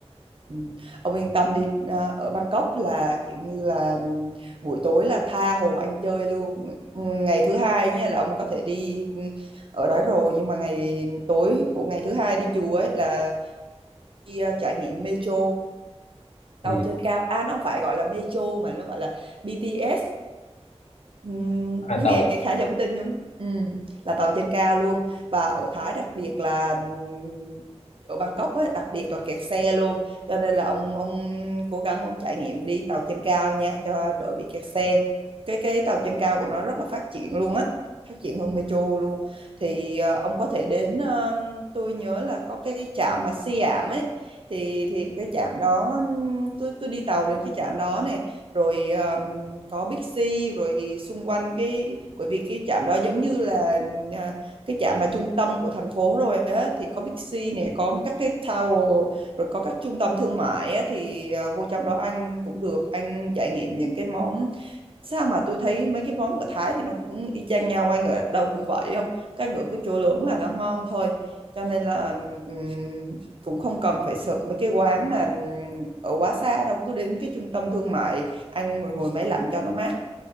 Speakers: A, on the right; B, on the left.
A: ừm, ông yên tâm đi à, ở Bangkok là kiểu như là ừm, buổi tối là tha hồ ăn chơi luôn ngày thứ hai nhé là ông có thể đi ừm, ở đó rồi nhưng mà ngày tối của ngày thứ hai đi chùa ấy là đi à, trải nghiệm metro tàu
B: ừ.
A: trên cao à nó không phải gọi là metro mà nó gọi là BTS Ừm,
B: à,
A: nghe
B: tàu
A: khá giống tin nhưng ừm, là tàu trên cao luôn và ở Thái đặc biệt là ừm, ở Bangkok ấy, đặc biệt là kẹt xe luôn cho nên là ông ông cố gắng ông trải nghiệm đi tàu trên cao nha cho đỡ bị kẹt xe cái cái tàu trên cao của nó rất là phát triển luôn á phát triển hơn metro luôn thì ờ, ông có thể đến ờ, tôi nhớ là có cái trạm mà Siam ấy thì thì cái trạm đó ừm, tôi tôi đi tàu đến cái trạm đó này rồi ờ, có Big C rồi xung quanh cái bởi vì cái trạm đó giống như là à, cái trạm mà trung tâm của thành phố rồi á thì có Big C này có các cái tower rồi có các trung tâm thương mại á, thì à, vô trong đó anh cũng được anh trải nghiệm những cái món sao mà tôi thấy mấy cái món ở Thái thì nó cũng y chang nhau anh ở đâu cũng vậy không cái ngựa cứ chỗ lớn là nó ngon thôi cho nên là ừm, cũng không cần phải sực mấy cái quán mà ừm, ở quá xa đâu cứ đến cái trung tâm thương mại ăn rồi ngồi máy lạnh cho nó mát